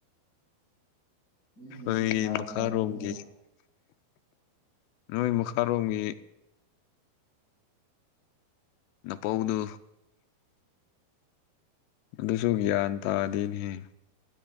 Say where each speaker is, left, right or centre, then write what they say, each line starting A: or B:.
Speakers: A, on the left; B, on the left.
A: ꯃꯤꯁꯤꯡꯁꯦ
B: ꯅꯣꯏ
A: ꯖꯥꯠ
B: ꯃꯈꯥꯔꯣꯝꯒꯤ
A: ꯖꯥꯠꯅꯤ ꯂꯩꯕ
B: ꯅꯣꯏ ꯃꯈꯥꯔꯣꯝꯒꯤ ꯅꯄꯥꯎꯗꯨ ꯑꯗꯨꯁꯨ ꯒꯌ꯭ꯥꯟ ꯇꯥꯗꯦ ꯅꯦꯍꯦ